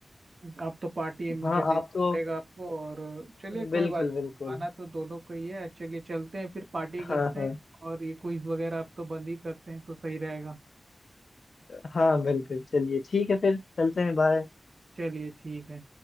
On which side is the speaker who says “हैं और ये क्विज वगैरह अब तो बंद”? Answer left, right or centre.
Right